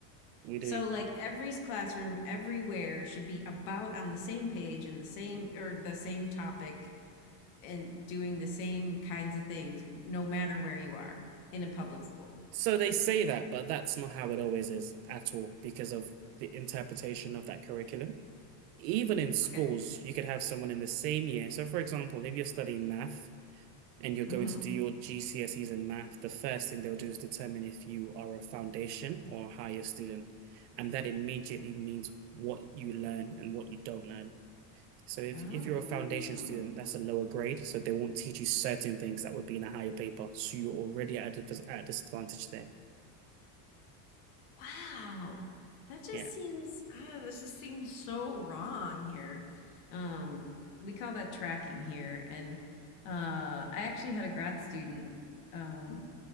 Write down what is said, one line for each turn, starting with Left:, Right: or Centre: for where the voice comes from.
Right: We do.
Left: So like every classroom everywhere should be about on the same page and the same or the same topic and doing the same kinds of things no matter where you are in a public school.
Right: So they say that, but that's not how it always is at all because of the interpretation of that curriculum. Even in schools,
Left: Okay.
Right: you could have someone in the same year. So, for example, if you're studying math and you're going
Left: hmm
Right: to do your GCSEs in math, the first thing they'll do is determine if you are a foundation or a higher student. And that immediately means what you learn and what you don't learn. So if,
Left: Oh.
Right: if you're a foundation student, that's a lower grade. So they won't teach you certain things that would be in a higher paper. So you're already at a, at a disadvantage there.
Left: Wow. That just
Right: Yeah.
Left: seems ah, this just seems so wrong here. Um, we call that tracking here. And uh, I actually had a grad student um,